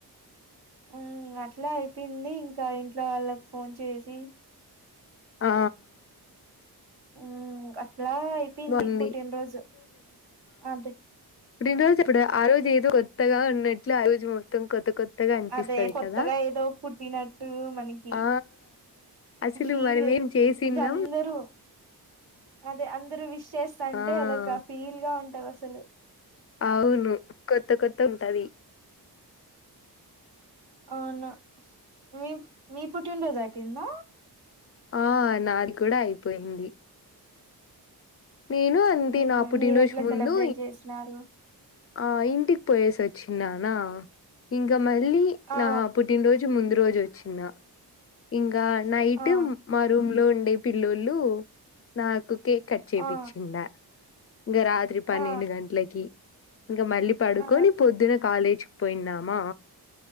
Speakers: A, on the right; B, on the left.
A: ఆ అట్లా అయిపోయింది ఇంకా ఇంట్లో వాళ్ళకు ఫోన్ చేసి
B: ఆ
A: ఉ ఇలా అయిపోయింది
B: బావుంది.
A: పుట్టినరోజు అదే
B: పుట్టినరోజ ఇప్పుడు ఆ రోజ ఏది కొత్తగా ఉన్నట్టు ఆ రోజు మొత్తం కొత్త కొత్తగా అనిపిస్తది
A: అదే కొత్తగా
B: కదా!
A: ఏదో పుట్టినట్టు మనకి
B: ఆ! అసలు
A: ఫీల్
B: మనమేం చేసిన్నాం
A: ఇంక అందరూ అదే అందరు విష్ చేస్తంటే
B: ఆ!
A: అదొక ఫీల్ గా ఉంటది సను
B: అవును కొత్తకొ ఉంటది
A: అవునా మీ మీ పుట్టినరోజు అయిపోయిందా
B: ఆ నాది కూడా అయిపోయింది నేను అంతి
A: ఉమ్
B: నా పుట్టినరోజు
A: మీరు ఎట్లా
B: ముందు
A: సెలబ్రేట్ చేసినారు
B: ఆ ఇంటికి పోయేసి వచ్చినా నా ఇంక మై మళ్లీ
A: ఆ
B: నా పుట్టినరోజు ముందు రోజు వచ్చిన ఇం గా నైటు
A: ఆ
B: మా రూమ్ లో ఉండే పిల్లొల్లు నాకు కే చేపిచ్చిండ
A: ఆ
B: ఇంగ రాత్రి పన్నెండు
A: ఆ
B: గంట్లకి ఇంకా మళ్ళీ పడుకొని
A: ఆ
B: పొద్దున కాలేజ్ పోయినామా